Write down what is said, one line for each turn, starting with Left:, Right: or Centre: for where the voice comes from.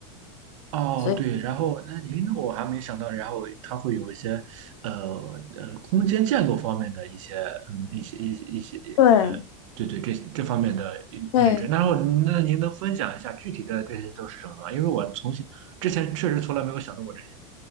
Right: 哦，
Left: 所以
Right: 对，然后那您我还没想到，然后它会有一些呃呃空间建构方面的一些嗯一些一些一些呃，
Left: 对
Right: 对对，这这方面的认知。
Left: 对，
Right: 然后那您能分享一下具体的这些都是什么吗？因为我从前之前确实从来没有想到过这些。